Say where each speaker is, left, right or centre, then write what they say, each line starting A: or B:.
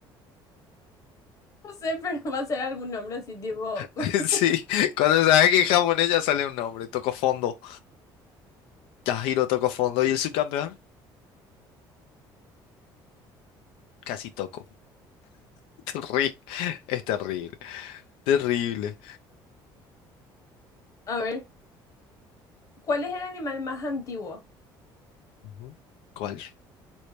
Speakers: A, on the left; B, on the left.
A: No sé, pero va a ser algún nombre así, tipo. <laughs>
B: <laughs> Sí, cuando sabes que en japonés ya sale un nombre. Toco fondo. Tajiro tocó fondo. ¿Y el subcampeón? Casi tocó. <laughs> Terri- Es terrible. Terrible.
A: A ver, ¿cuál es el animal más antiguo?
B: Ujú. ¿Cuál?